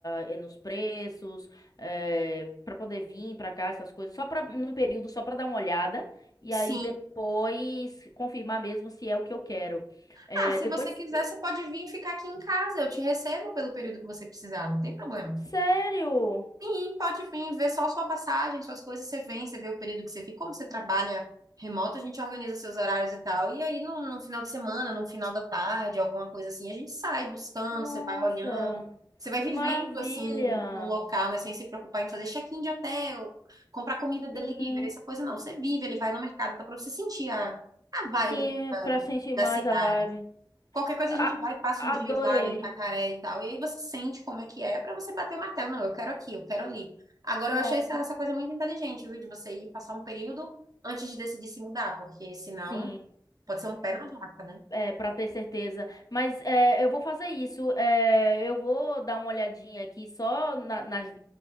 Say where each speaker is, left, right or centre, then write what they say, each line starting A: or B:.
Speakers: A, on the left (about 50°); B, on the right (about 50°).
A: eh, nos preços, é, para poder vir para cá, essas coisas, só para num período só para dar uma olhada e
B: Sim.
A: aí depois confirmar mesmo se é o que eu quero. É,
B: Ah, se
A: depois,
B: você quiser, você pode vir ficar aqui em casa. Eu te recebo pelo período que você precisar, não tem problema.
A: sério?
B: Sim, pode vir, ver só sua passagem, suas coisas, você vem, você vê o período que você fica, como você trabalha remoto, a gente organiza seus horários e tal. E aí, num, num final de semana, num final da tarde, alguma coisa assim, a gente sai buscando,
A: Nossa,
B: você vai olhando, você vai
A: que
B: vivendo
A: maravilha!
B: assim no local, né? Sem se preocupar em fazer check-in de hotel, comprar comida delivery,
A: Sim,
B: essa coisa não. Você vive, ele vai no mercado, tá pra você sentir a, a vibe
A: sim,
B: da,
A: para sentir
B: da
A: mais
B: cidade.
A: a vibe.
B: Qualquer coisa
A: A-
B: a gente vai, passa
A: adorei.
B: uns dias lá em Itacaré e tal. E aí você sente como é que é pra você bater o martelo. Não, eu quero aqui, eu quero ali. Agora
A: Pronto.
B: eu achei essa, essa coisa muito inteligente, viu? De você ir passar um período antes de decidir se mudar, porque senão
A: Sim,
B: pode ser um pé na jaca, né?
A: é, para ter certeza. Mas é, eu vou fazer isso. É, eu vou dar uma olhadinha aqui só na, nas-